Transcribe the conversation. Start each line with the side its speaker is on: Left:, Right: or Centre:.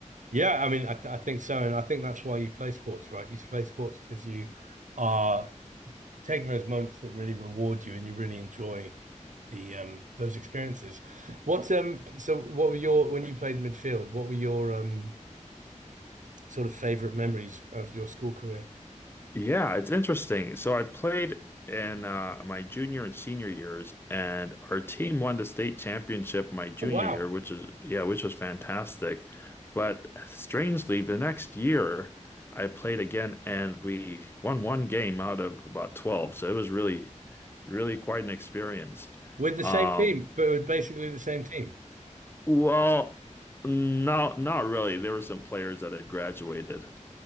Right: yeah. I mean, I, th I think so, and I think that's why you play sports, right? You play sports because you are taking those moments that really reward you, and you really enjoy. The um those experiences. What um so what were your when you played midfield, what were your um sort of favorite memories of your school career?
Left: Yeah, it's interesting. So I played in uh, my junior and senior years, and our team won the state championship my junior
Right: Oh, wow.
Left: year, which is yeah, which was fantastic. But strangely, the next year I played again, and we won one game out of about 12. So it was really Really quite an experience.
Right: With the
Left: Um,
Right: same team, but with basically the same team.
Left: well, no, not really. There were some players that had graduated,